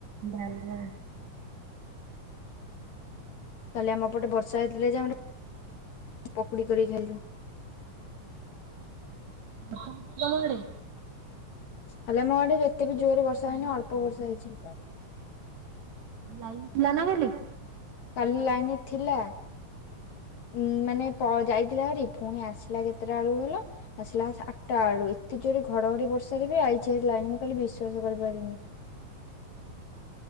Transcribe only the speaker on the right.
ଡ଼ାଲମା।
ବର୍ଷା ହଉଛି ତୋମ ଆଡେ?
ଲାଇନ
ଲାଇନ୍ ଥିଲା ନା କାଲି?